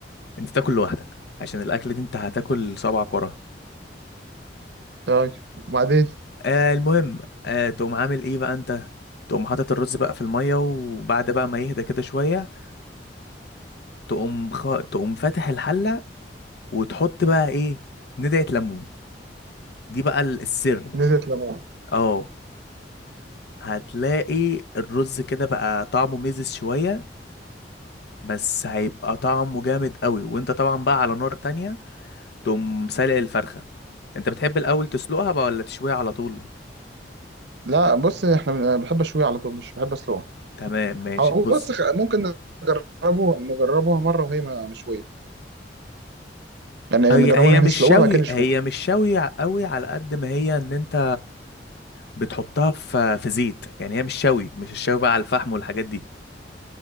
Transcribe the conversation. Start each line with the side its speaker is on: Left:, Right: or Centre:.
Left: انت تاكل لوحدك عشان الاكله دي انت هتاكل صبعك وراها
Right: طيب وبعدين
Left: آه المهم آه تقوم عامل ايه بقى انت تقوم حاطط الرز بقى في الميه وبعد بقى ما يهدى كده شويه تقوم خ... تقوم فاتح الحله وتحط بقى ايه ندعه ليمون دي بقى ال- السر
Right: نزلت ليمون
Left: اه هتلاقي الرز كده بقى طعمه ميزز شويه بس هيبقى طعمه جامد قوي وانت طبعا بقى على نار تانية تقوم سالق الفرخه انت بتحب الاول تسلقها بقى ولا تشويها على طول
Right: لا بص احنا بن- بحب اشويه على طول مش بحب اسلقها
Left: تمام ماشي
Right: او
Left: بص
Right: بص خ- ممكن نجربه نجربوها مرة وهي ما- مشوية يعني
Left: هي
Right: نجربوها
Left: هي
Right: ان احنا
Left: مش
Right: نسلقوها
Left: شوي
Right: بعد كده نشوها
Left: هي مش شوي قوي على قد ما هي ان انت بتحطها في في زيت يعني هي مش شوي مش الشوي بقى على الفحم والحاجات دي